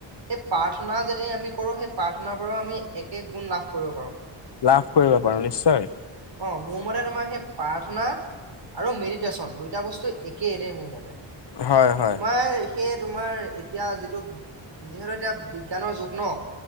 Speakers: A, on the right; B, on the left.
A: এই প্ৰাৰ্থনা যদি আমি কৰো সেই প্ৰাৰ্থনাৰ পৰাও আমি একে গুণ লাভ কৰো
B: লাভ কৰিব পাৰো নিশ্চয়
A: অ মোৰ মতে তোমাৰ সেই প্ৰাৰ্থনা আৰু মেডিটেশ্যন দুইটা বস্তু একেই দেই মোৰ মতে
B: হয় হয়।
A: তোমাৰ সেই তোমাৰ এতিয়া যিটো যিহেতু এতিয়া বিজ্ঞানৰ যুগ ন